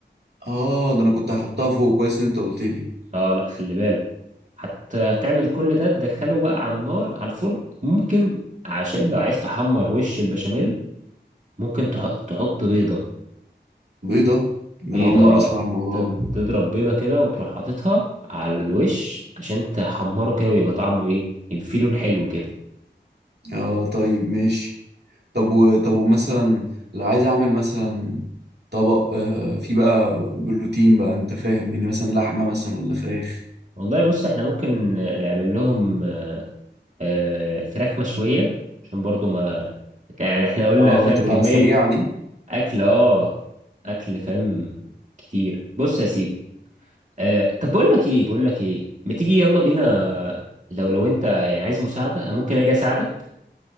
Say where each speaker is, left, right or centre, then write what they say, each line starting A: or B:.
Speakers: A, on the right; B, on the right.
A: اه ده انا كنت هحطها فوق كويس ان انت قلت لي
B: اه لا خلي بالك حتى هتعمل كل ده تدخله بقى على النار على الفرن ممكن عشان لو عايز تحمر وش البشاميل ممكن تح- تحط بيضه
A: بيضة ده
B: بيضة
A: أنا أول مرة
B: اه
A: أسمع الموضوع
B: تب-
A: ده
B: تضرب بيضة كده وتروح حاططها على الوش عشان تحمره كده ويبقى طعمه ايه يبقى فيه لون حلو كده
A: آه طيب ماشي طب و... طب ومثلا لو عايز أعمل مثلا طبق آه فيه بقى بروتين بقى أنت فاهم يعني مثلا لحمة مثلا ولا فراخ
B: والله بص احنا ممكن نعمل لهم آه، فراخ مشوية عشان برضو ما يعني احنا قلنا
A: آه
B: فاهم
A: تبقى
B: كمية
A: سريعة دي
B: اكل اه اكل فاهم كتير بص يا سيدي آه، طب بقول لك ايه بقول لك ايه ما تيجي يلا بينا لو لو انت يعني عايز مساعدة أنا ممكن اجي اساعدك